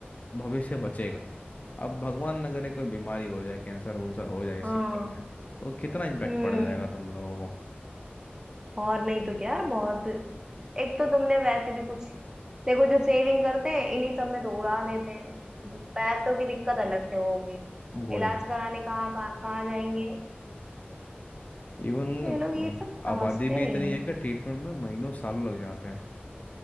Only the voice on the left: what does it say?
भविष्य बचेगा अब भगवान न करे कोई बीमारी हो जाए कैंसर वंसर हो जाए इस
चक्कर में तो कितना इम्पैक्ट
पड़ जाएगा तुम लोगों को
वही
इवन
आबादी भी
इतनी
है कि ट्रीटमेंट में महीनों सालों लग जाते हैं